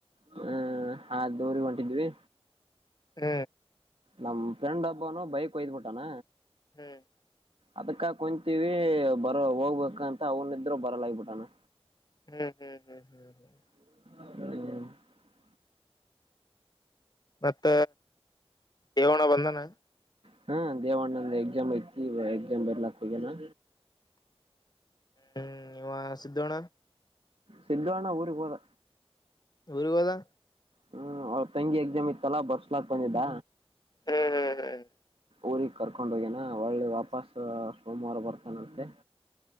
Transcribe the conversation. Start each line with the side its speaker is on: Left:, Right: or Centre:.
Right: ಹ್ಮ್ ಆ ದೂರಿ ಹೊಂಟಿದ್ವಿ
Left: ಹ್ಮ್
Right: ನಮ್ ಫ್ರೆಂಡ್ ಹಬ್ಬನು ಬೈಕ್ ಒಯ್ದ್ಬಿಟ್ಟಾನ
Left: ಹ್ಮ್
Right: ಅದಕ್ಕ ಕುಂತೀವಿ ಬರೋ ಹೋಗ್ಬೇಕ ಅಂತ ಅವನಿದ್ರರು ಬರಲ್ಲ ಆಗಬಿಟ್ಟಾನ
Left: ಹ್ಮ್ ಹ್ಮ್ ಹ್ಮ್ ಹ್ಮ್ ಹ್ಮ್
Right: ಹ್ಮ್
Left: ಮತ್ತ ಯವಣ ಬಂದನ
Right: ಹ್ಮ ದೇವಣ್ಣಂದ ಎಕ್ಸಾಮ್ ಐತಿ ಎಕ್ಸಾಮ್ ಬರ್ಲಾಕ್ ಹಗ್ಯನಾ
Left: ಹ್ಮ್ ಇವ ಸಿದ್ದೋಣ್ಣ
Right: ಸಿದ್ದಣ್ಣ ಊರುಗೆ ಹೋದ
Left: ಊರು ಹೋದಾ
Right: ಹ್ಮ್ ಅವ್ರ ತಂಗಿ ಎಕ್ಸಾಮ್ ಇತ್ತಲ್ಲ ಬರ್ಸ್ಲಾಕ್ ಬಂದಿದ್ದ
Left: ಹ್ಮ್ ಹ್ಮ್ ಹ್ಮ್
Right: ಊಗ್ ಕರ್ಕೊಂಡ್ ಹೋಗ್ಯನಾ ಒಳ್ಳೆ ವಾಪಸ್ ಸೋಮವಾರ ಬರ್ತಾನಂತೆ